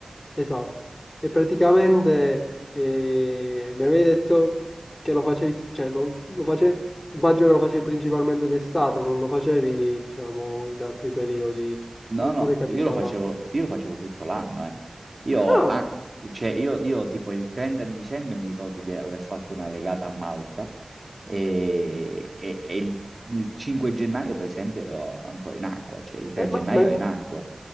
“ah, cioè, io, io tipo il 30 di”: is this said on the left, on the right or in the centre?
Right